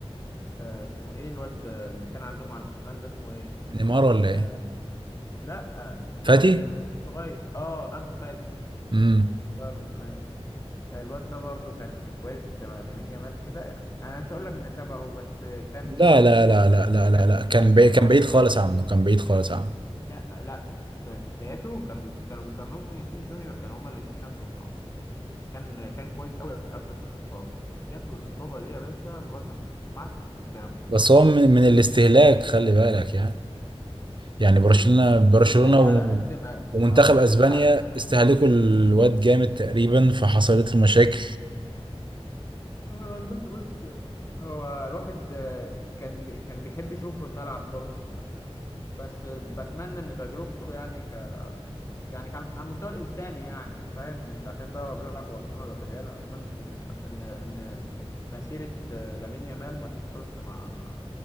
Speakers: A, on the left; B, on the right.
A: آه اسمه ايه الواد اللي كان عندهم على الشمال ده اسمه ايه
B: نيمار ولا
A: آه
B: ايه
A: لا
B: فاتي
A: ال- ال- الصغير اه انسو فاتي
B: امم
A: اسمه طاير من دماغي آه، الواد ده برضو كان كويس شبه لامين يامال كده يعني انا مش هقول لك ان شبهه بس كان
B: لا
A: كويس
B: لا
A: بقى
B: لا لا لا لا
A: كان
B: لا كان
A: كان
B: بعيد
A: كان
B: كان
A: موهبه
B: بعيد خالص عنه كان بعيد خالص عنه
A: لا لا في في بداياته كانوا بي- كانوا بيقارنوه بفينيسيوس جونيور كانوا هما الاثنين نفس الموهبه كان كان كويس قوي قبل الاصابه جات له الاصابه دي يا باشا الواد ما بيشوفش ما عادش بيشوف قدامه
B: بس هو من, من الاستهلاك خلي بالك يعني يعني برشلونة
A: مش حكايه
B: برشلونة
A: استهلاك على
B: و-
A: قد ما
B: ومنتخب
A: اه بس
B: اسبانيا
A: فعلا
B: استهلكوا الواد جامد تقريبا فحصلت له مشاكل
A: آه والله بص هو الواحد آه، كان بي... كان بيحب يشوفه في الملعب برضه بصراحه بس آه، بتمنى ان تجربته يعني يعني كان على المستوى الانساني يعني انت فاهم مش عشان بقى هو بيلعب في برشلونه ولا في الريال اتمنى ان ان ان مسيره آه، لامين يامال ما تحصلش مع